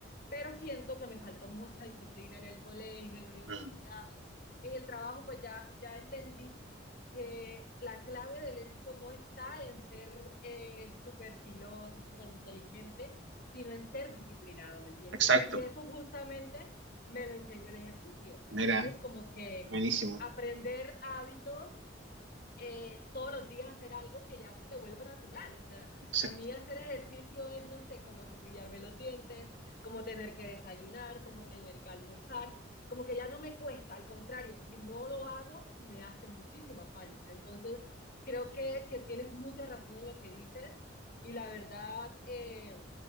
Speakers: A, on the left (about 50°); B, on the right (about 75°).
A: pero siento que me faltó mucha disciplina en el colegio, en la universidad,
B: Mm,
A: en el trabajo, pues ya, ya entendí que la clave del éxito no está en ser eh, súper filoso, súper inteligente, sino en ser disciplinado, ¿me entiendes?
B: exacto,
A: Y eso justamente me lo enseñó el ejercicio, ¿me
B: mira,
A: entiendes? Como que
B: buenísimo,
A: aprender hábitos eh, todos los días hacer algo que ya se te vuelva natural. O sea,
B: exacto,
A: a mí hacer ejercicio es, no sé, como cepillarme los dientes, como tener que desayunar, como tener que almorzar, como que ya no me cuesta, al contrario, si no lo hago, me hace muchísima falta. Entonces, creo que, que tienes mucha razón en lo que dices y la verdad... Eh,